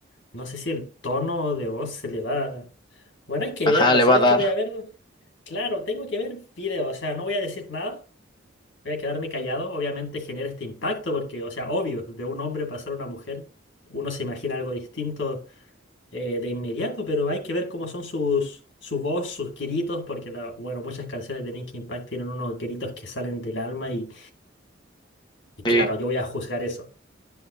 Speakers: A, on the left; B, on the left.
A: No sé si el tono de voz se le va. Bueno, hay que
B: Ajá,
A: verla,
B: le
A: ¿sabes
B: va a dar.
A: qué voy a ver? Claro, tengo que ver video, o sea, no voy a decir nada, voy a quedarme callado. Obviamente genera este impacto porque, o sea, obvio, de un hombre pasar a una mujer, uno se imagina algo distinto eh, de inmediato, pero hay que ver cómo son sus, su voz, sus gritos, porque la- bueno, muchas canciones de Linkin Park tienen unos gritos que salen del alma y, y
B: sí
A: claro, yo voy a juzgar eso.